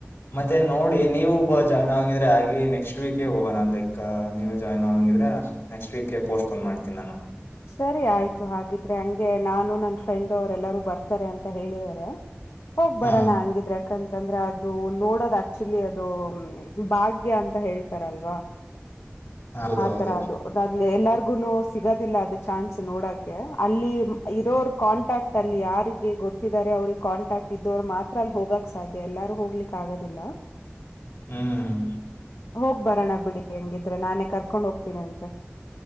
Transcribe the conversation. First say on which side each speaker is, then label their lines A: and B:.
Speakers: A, on the left; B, on the left.
A: ಮತ್ತೆ ನೋಡಿ ನೀವುಬ್ಬ ಜಾಯ್ನ್ ಆಗಿದ್ರೆ ಆಗಿ ನೆಕ್ಸ್ಟ್ ನೆಸ್ಟ್ ವೀಕೇ ಹೋಗೋ ನಾನನ್ ಲೈಕ್ ನೀವು ಜಾಯ್ನ್ ಆಗಂಗಿದ್ರೆಕ್ಸ್ ವೀಕ ಪೋಸ್ಟ್ ಪೋನ್ ಮಾಡತೀನಿ ನಾನು
B: ಸರಿ ಆಯ್ತು ಹಾಗಿದ್ರೆ ಹಂಗೆ ನಾನು ನನ್ ಫ್ರೆಂಡ್ ಅವರೆ ಎಲ್ಲಾರೂ ಬರ್ತಾರೆ ಅಂತ ಹೇಳಿದ್ದಾರೆ ಹೋಗ್ ಬರೋಣ
A: ಹಾ
B: ಹಂಗಿದ್ರೆ ಯಾಕಂತಂದ್ರೆ ಅದು ನೋಡೋದ ಆಕ್ಚುಲಿ ಅದು ಭಾಗ್ಯ ಅಂತ ಹೇಳ್ತಾರಲ್ವಾ
A: ಹೌದೌದು
B: ಆ ತರ ಅದು ಎಲ್ಲಾರ್ಗುನು ಸಿಗೋದಿಲ್ಲ ದ ಚನ್ ನೋಡಕ ಅಲ್ಲಿ ಇರೋರ್ ಕಾಂಟ್ಯಾಕ್ಟ್ ಅಲ್ಲಿ ಯಾರಿಗೆ ಗೊತ್ತಿದ್ದಾರೆ ಅವ್ರಿಗೆ ಕಾಂಟ್ಯಾಕ್ಟ್ ಇದ್ದ ಅವ್ರು ಮಾತ್ರ ಅಲ್ಲಿ ಹೋಗಕ್ ಸಾಧ್ಯ ಎಲ್ಲಾರು ಹೋಗ್ಲಿಕ್ಕ ಆಗೋದಿಲ್ಲ
A: ಹ್ಮ್
B: ಹೋಗ್ ಬರೋಣ ಬಿಡಿ ಹೆಂಗಿದ್ರೆ ನಾನೇ ಕರ್ಕೊಂಡ್ ಹೋಗ್ತೀನಿ ಅಂತೆ